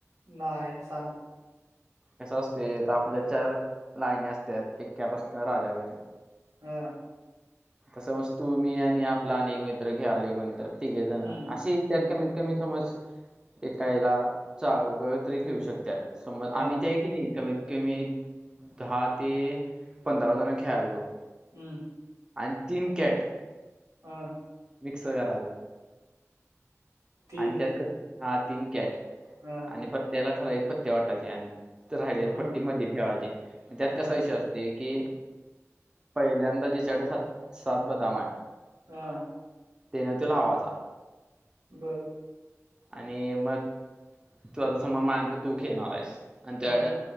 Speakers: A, on the right; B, on the right.
A: नाय सांग
B: कसं असतय तर आपल्या चार लाईन्या असत्यात एक्यापासनं राजापर्यंत
A: हा
B: त समज तू मी आणि आपला आणि एक मित्र खेळालोय कोणतर तिघे जणं
A: हम्म
B: अशी त्यात
A: हम्म
B: कमीत कमी समज एका हेला चौघं तरी खेळू शकत्यात समज
A: हा
B: आमी की नाही कमीत कमी दहा ते पंधरा जणं खेळायचो
A: हम्म
B: आणि तीन कॅट
A: हा
B: मिक्स करायचं
A: तीन
B: आणि त्यात कसं हा तीन कॅट
A: हा
B: आणि प्रत्येकाला ठरावीक पत्त्या वाटायचे आणि राहिल्याला
A: हा
B: पट्टी मधी ठेवायची मग त्यात
A: हा
B: कसा विषय असतोय की पहिल्यांदा जिच्याकडं सात सात बदाम आहे
A: हा
B: तेनं त्यो लावायचा
A: बरं!
B: आणि मग तू आता समज माया नंतर तू खेळणार आहेस, आणि त्याड
A: हा